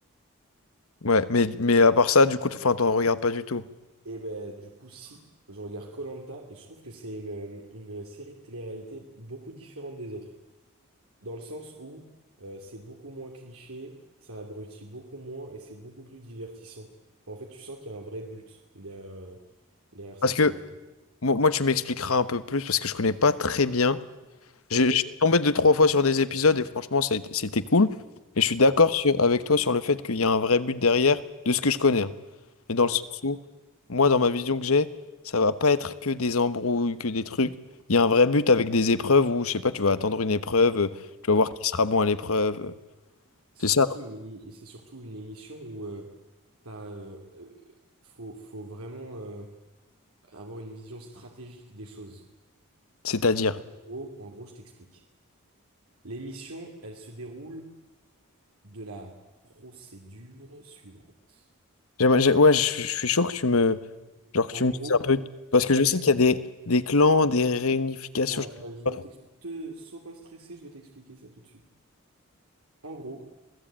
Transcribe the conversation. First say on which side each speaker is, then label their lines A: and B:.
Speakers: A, on the left (about 75°); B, on the right (about 85°).
A: Ouais, mais, mais à part ça, du coup, t- enfin, t'en regardes pas du tout.
B: Et ben, du coup, si, je regarde koh et je trouve que c'est une, une série de télé-réalité beaucoup différente des autres. dans le sens où euh, c'est beaucoup moins cliché, ça abrutit beaucoup moins et c'est beaucoup plus divertissant. en fait, tu sens qu'il y a un vrai but derrière, derrière
A: Parce
B: cette
A: que,
B: émission.
A: moi, moi, tu m'expliqueras un peu plus, parce que je connais pas très bien. J'ai-
B: Ok?
A: Je suis tombé deux, trois fois sur des épisodes et franchement, ça a été- c'était cool. Et je suis d'accord
B: Ouais.
A: sur- avec toi sur le fait qu'il y a un vrai but derrière de ce que je connais. hein. Mais dans
B: Ouais,
A: le sens où, moi, dans ma vision que j'ai, ça va pas être que des embrouilles, que des trucs. Il y a un vrai but avec des épreuves où, je sais pas, tu vas attendre une épreuve, euh, tu
B: ouais.
A: vas voir qui sera bon à l'épreuve. euh.
B: C'est
A: C'est ça,
B: surtout
A: non
B: une, c'est surtout une émission où euh, t'as, euh, euh, faut, faut vraiment euh, avoir une vision stratégique des choses.
A: c'est-à-dire.
B: Parce qu'en gros, en gros, je t'explique. L'émission, elle se déroule de la procédure suivante.
A: J'aimerais- j'ai- Ouais, je suis je suis chaud que tu me, genre que
B: En
A: tu me
B: gros,
A: dises un peu. Parce
B: au
A: que
B: début,
A: je sais qu'il y a des, des clans, des réunifications.
B: Ouais,
A: je
B: bah,
A: sais
B: je
A: pas
B: vais
A: trop.
B: t'expliquer. Sois pas stressé, je vais t'expliquer ça tout de suite. En gros,